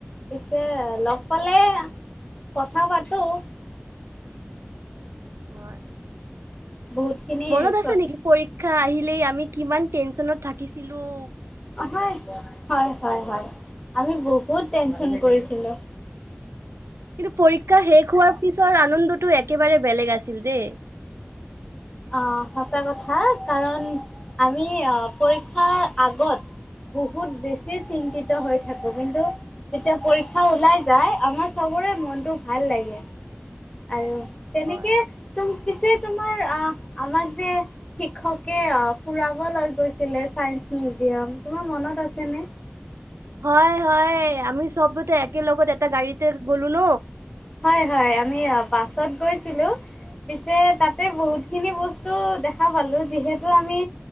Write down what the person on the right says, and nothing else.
হয়,
মনত আছে
নেকি পৰীক্ষা আহিলে লে আমি কিমান টেনচনত থাকিছিলোঁ।
কিন্তু, পৰীক্ষা শেষ হোৱাৰ পিছৰ আনন্দটো একেবাৰে বেলেগ আছিল দেই।
হয়।
হয়, হয়। আমি চবতে একেলগতে এটা গাড়ীতে গলোঁ ন